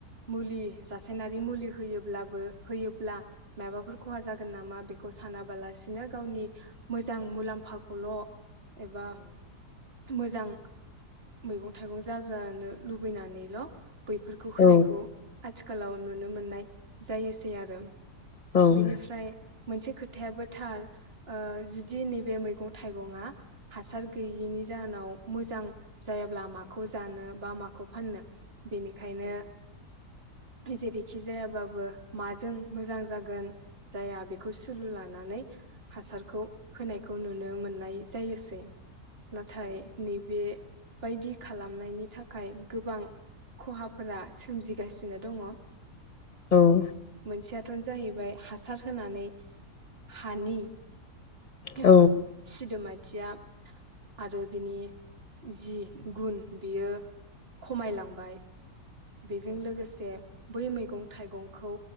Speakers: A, on the right; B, on the left.
A: मुलि रासायनारि मुलि होयोब्लाबो होयोब्ला माबाफोर खहा जागोन नामा बेखौ सानाबालासिनो गावनि मोजां मुलाम्फाखौल' एबा मोजां मैगं थाइगं जाजानो लुबैनानैल' बैफोरखौ
B: औ
A: होनायखौ आथिखालाव नुनो मोननाय जायोसै आरो।
B: औ
A: बिनिफ्राय मोनसे खोथायाबोथार ओ जुदि नैबे मैगं थाइगङा हासार गैयिनि जाहोनाव मोजां जायाब्ला माखौ जानो बा माखौ फाननो बेनिखायनो जेरैखि जायाबाबो माजों मोजां जागोन जाया बेखौ सुलु लानानै हासारखौ होनायखौ नुनो मोननाय जायोसै। नाथाय नैबे बायदि खालामनायनि थाखाय गोबां खहाफोरा सोमजि गासिनो दङ। ओ
B: औ
A: मोनसेयाथ'न जाहैबाय हा सार होनानै हानि
B: औ
A: ओ सिदोमाय थिया आरो बिनि जि गुन बियो खमायलांबाय बे जों लोगोसे बै मैगं थाइगंखौ